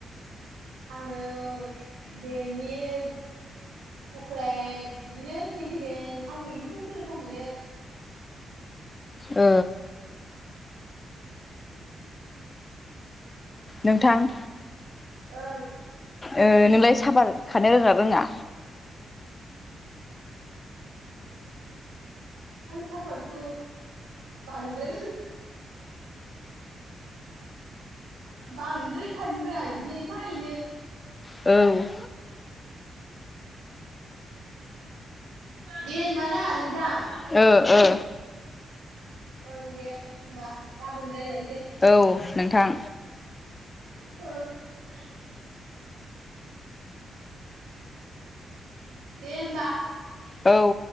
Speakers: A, on the right; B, on the left.
A: आङो देरिलिमिक चकलेट बिदिनो केन्दिमेन आंबो बिदिखौनो गोथाव मोनो
B: ओ नोंथां
A: ओ
B: ओ नोंलाय साफार खानो रोङा ना रोङा
A: आं साफाथ बांद्राय बांद्रायखानी रोङा बिदिनोएफानै
B: औ
A: दे होनबा ना नोंथांं
B: ओ ओ
A: ओं दे होमबा गाबोन रायलायनोसै
B: औ नोंथां
A: औ दे होमबा
B: औ